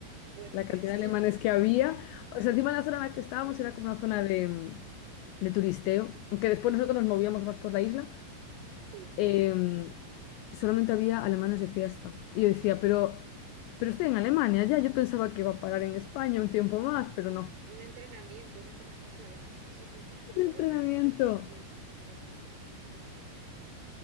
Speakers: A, on the right; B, on the left.
A: Bueno,
B: la cantidad
A: <laughs> es
B: de
A: cierto,
B: alemanes que había, o sea, encima la zona en la que estábamos
A: ¿verdad?
B: era como una zona de, de turisteo, aunque después nosotros nos movíamos más por la isla,
A: Sí,
B: eh, solamente había alemanes de fiesta. Y yo decía, pero, pero estoy en Alemania ya, yo pensaba que iba a parar en España un tiempo más, pero no.
A: un entrenamiento, un entrenamiento. Además, no sé si lo que hacen
B: Un entrenamiento.
A: luego el plan allí. Entiendo que es quemarse al sol por la mañana